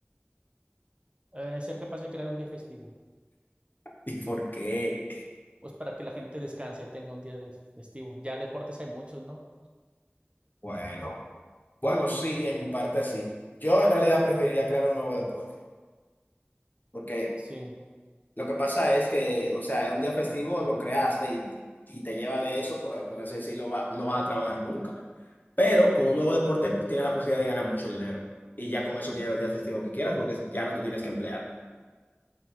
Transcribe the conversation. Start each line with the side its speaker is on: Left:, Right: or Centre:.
Right: Eh, ser capaz de crear un día festivo.
Left: ¿Y por qué?
Right: Pues para que la gente descanse, tenga un día de festivo. Ya deportes hay muchos, ¿no?
Left: Bueno, bueno, sí, en parte sí. Yo en realidad preferiría crear un nuevo deporte, porque
Right: Sí,
Left: Lo que pasa es que, o sea, un día festivo lo creaste y, y te lleva de eso, por, por así decirlo, va- no vas a trabajar nunca. Pero con un nuevo deporte tienes la posibilidad de ganar mucho dinero. Y ya con eso tienes los días festivos que quieras porque ya no te tienes que emplear.